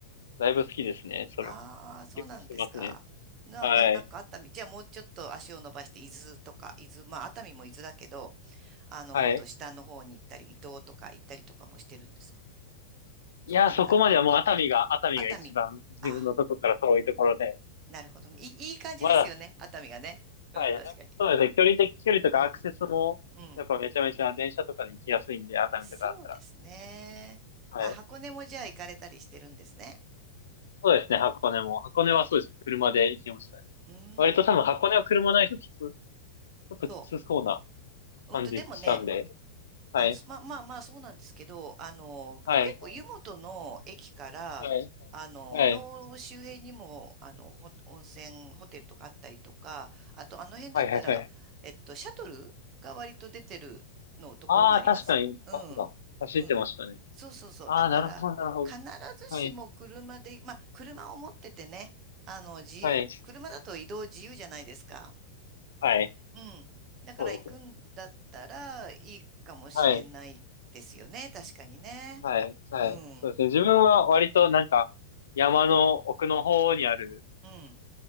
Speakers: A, on the left; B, on the right.
A: だいぶ好きですね。それは。
B: ああ、そうなんですか。
A: 結構してますね。
B: な、
A: はい。
B: いや、なんか熱海、じゃあもうちょっと足を伸ばして、伊豆とか、伊豆、まあ熱海も伊豆だけど、あの、
A: はい。
B: もっと下の方に行ったり、伊東とか行ったりとかもしてるんですか
A: いや、
B: そこまで行かない。
A: そこまではもう熱海が、熱海が一番自分のとこから遠いところで、
B: 熱海、ああ、なるほどね。いい、いい感じですよね、
A: まだ、
B: 熱海がね。うん、
A: はい。
B: 確かに。
A: そうですね。距離的、距離とかアクセスも、
B: うん、うん。
A: やっぱめちゃめちゃ電車とかで行きやすいんで、熱海とかだったら。
B: そうですね。
A: はい。
B: あ、箱根もじゃあ行かれたりしてるんですね。
A: そうですね、箱根も。箱根はそうですね、車で行きましたね。
B: うーん。
A: 割と多分箱根は車ないときつ、ちょっときつそうな
B: そう。
A: 感じしたんで。
B: うんと、でもね、
A: はい。
B: あ、すまあまあまあ、そうなんですけど、あの、
A: はい。
B: 結構湯本の駅から、
A: はい。
B: あの、
A: はい。
B: の周辺にも、あの、ほ温泉ホテルとかあったりとか、あとあの辺だったら、
A: はい、はい、はい。
B: えっと、シャトルが割と出てるのところもありますよね。
A: ああ、確かにバスが走ってましたね。
B: うん。うん。そうそうそう。
A: ああ、
B: だから、
A: なるほど、なるほど。
B: 必ずしも車で、
A: はい、
B: まあ、車を持っててね、あの、自由、
A: はい、
B: 車だと移動自由じゃないですか。
A: はい。
B: うん。だから行くんだったらいいかもしれないですよね。
A: そうですね。はい、
B: 確かにね。
A: はい、はい。
B: うん。
A: そうですね。自分は割となんか、山の奥の方にある
B: うん。